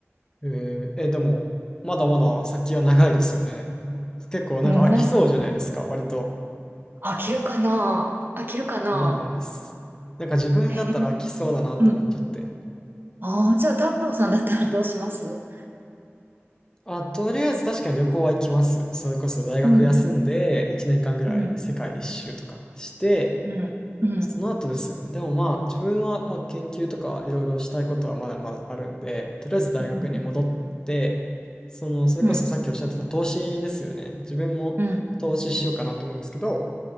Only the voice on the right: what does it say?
うん、な、
飽きるかな飽きるかな
え、うん。ああ、じゃあ太郎さんだったらどうします
うん、うん、うん、うん、
うん、
うん、
うん、